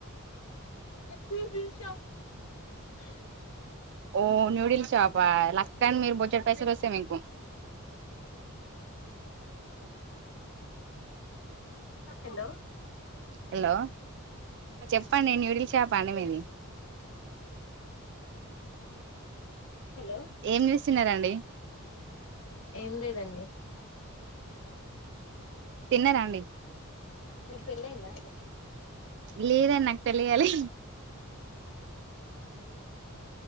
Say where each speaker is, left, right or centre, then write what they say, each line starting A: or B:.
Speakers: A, on the left; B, on the right.
A: <unintelligible>
B: ఓ న్యూడిల్ షాపా లెక్క అని మీరు బొజడి పైసలు వస్తాయి మీకు
A: హలో
B: హలో చెప్పండి న్యూడిల్ షాప్ అండీ మీది
A: హలో
B: ఏం చేస్తున్నారండి
A: ఏం లేదండి
B: తిన్నారా రండి
A: నీకు పెళ్లైయిందా
B: లేదండి నాకు పెళ్లి కాలే